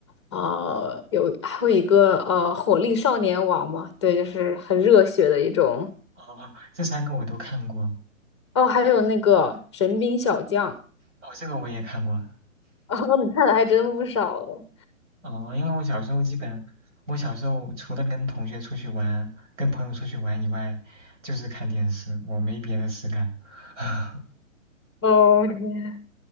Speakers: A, on the left; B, on the right.
A: 啊，
B: 嗯，
A: 有还有一个呃火力少年王嘛，对，就是很热血的一种
B: 哦，这三个我都看过，
A: 哦，还有那个《神兵小将》
B: 哦，这个我也看过，
A: 哦，<laughs> 你看的还真不少哦，
B: 哦，因为我小时候基本，我小时候除了跟同学出去玩、跟朋友出去玩以外，就是看电视，我没别的事干。<laughs>
A: 哦，哦，天